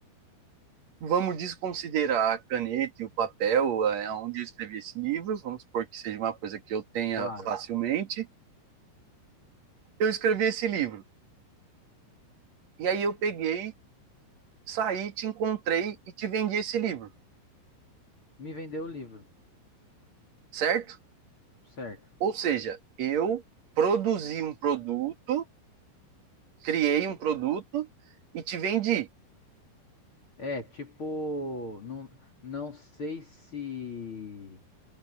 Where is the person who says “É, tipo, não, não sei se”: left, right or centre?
Left